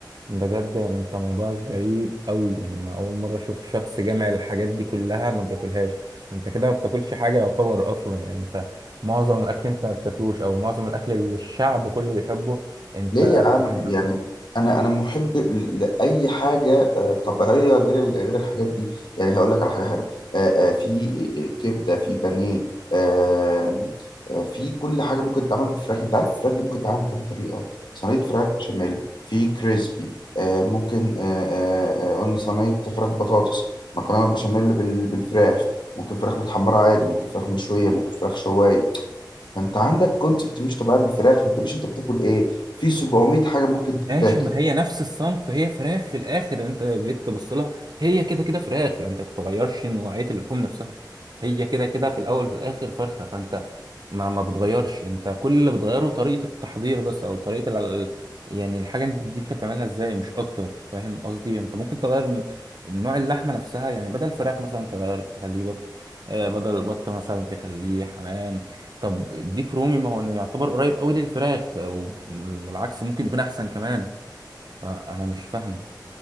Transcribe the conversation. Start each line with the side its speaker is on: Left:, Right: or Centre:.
Right: بجد يعني انت موضوع غريب قوي يعني انا اول مره اشوف شخص جامع الحاجات دي كلها ما بياكلهاش انت كده ما بتاكلش حاجه يعتبر اصلا يعني انت معظم الاكل انت ما بتاكلوش او معظم الاكل اللي الشعب كله بيحبه انت
Left: ليه يا عم
Right: بتجيب نفسك
Left: يعني انا انا محب ل- لاي حاجه آه، طبيعيه غير ال- غير الحاجات دي يعني هقول لك على حاجه حلوه آه، آه، في آه، كبده في بانيه آه، آه، في كل حاجه ممكن تتعمل بفراخ انت عارف الفراخ دي ممكن تتعمل بكام طريقه صينيه فراخ بشاميل في كريسبي آه، ممكن آه، آه، آه، قلنا صينيه فراخ بطاطس مكرونه بشاميل بال- بالفراخ ممكن فراخ متحمره عادي ممكن فراخ مشويه ممكن فراخ شوايه فانت عندك كونسبت مش طبيعي بالفراخ ما تقوليش انت بتاكل ايه في 700 حاجه ممكن تتاكل
Right: ماشي ما هي نفس الصنف فهي فراخ في الاخر انت لو جيت تبص لها هي كده كده فراخ انت ما بتغيرش نوعيه اللحوم نفسها هي كده كده في الاول وفي الاخر فرخه فانت ما ما بتغيرش انت كل اللي بتغيره طريقه التحضير بس او طريقه ال... يعني الحاجه دي انت بتعملها ازاي مش اكتر فاهم قصدي انت ممكن تغير ن- نوع اللحمه نفسها يعني بدل الفراخ مثلا تغير تخليه بط آه، بدل البط مثلا تخليه حمام طب ديك رومي ما هو يعتبر قريب قوي للفراخ آه، وبالعكس ممكن يكون احسن كمان فانا مش فاهمك